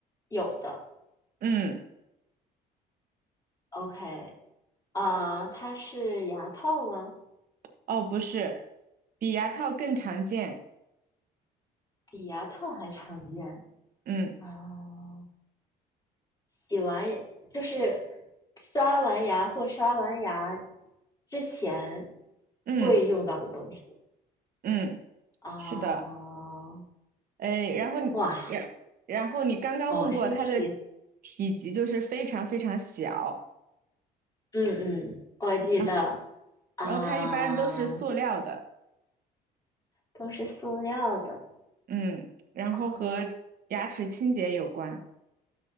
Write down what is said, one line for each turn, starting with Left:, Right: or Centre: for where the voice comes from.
Left: 有的
Right: 嗯。
Left: ？OK，啊，它是牙套吗？
Right: 哦，不是，比牙套更常见。
Left: 比牙套还常见
Right: 嗯
Left: 啊，洗完牙就是刷完牙或刷完牙之前
Right: 嗯
Left: 会用到的东西
Right: 嗯，
Left: 啊，
Right: 是的。哎，然后你然然后你刚刚问过它的体积就是非常非常小，
Left: 哇，好新奇！嗯嗯，我记得
Right: 然后
Left: 啊，
Right: 然后它一般都是塑料的。
Left: 都是塑料的
Right: 嗯，然后和牙齿清洁有关，
Left: 啊，